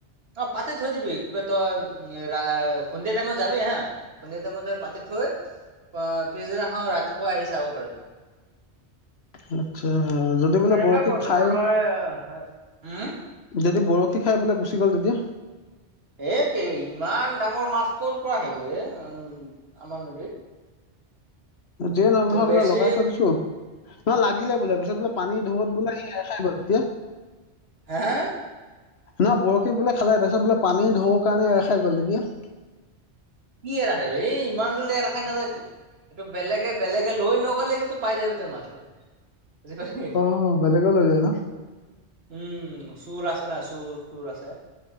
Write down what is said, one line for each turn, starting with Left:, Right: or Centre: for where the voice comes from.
Right: অ পাতি থৈ দিবি, কিবা তই ৰা সন্ধিয়া টাইমত যাবি হা সন্ধিয়া টাইমত যাই পাতি থৈ আহ পিছদিনাখন ৰাতিপুৱা আহি চাব পাৰতো।
Left: আত্ছা যদি বোলে
Right: তেনেকুৱা
Left: বৰশী
Right: কৰ
Left: খাই
Right: তোমাৰ উম
Left: যদি বৰশী খাই পেলাই গুচি গ'ল তেতিয়া?
Right: এইটো ইমান ডাঙৰ মাছ কৰ পৰা আহিব এ আমাৰ নদীত।
Left: যিয়ে নহওঁক নহয়
Right: বেছি
Left: বোলে লগাই থৈ দিছু। নহ লাগিলে বোলে পিছত বোলে পানী ঢৌত বোলে সি এৰ খাই গ'ল তেতিয়া?
Right: হা হা
Left: না বৰশী বোলে খালে তাৰপিছত বোলে পানীৰ ঢৌৰ কাৰণে এৰ খাই গ'ল তেতিয়া?
Right: কি এৰাখে এই ইমান জলদি এৰা খাই নাযায়তো। এইটো বেলেগে বেলেগে লৈ নগ'লে কিন্তু পাই যাবি তই মাছটো। বুজি পালি
Left: অ' বেলেগ লৈ যায় ন?
Right: উম' চোৰ আছে নাই চুৰ তোৰ আছে।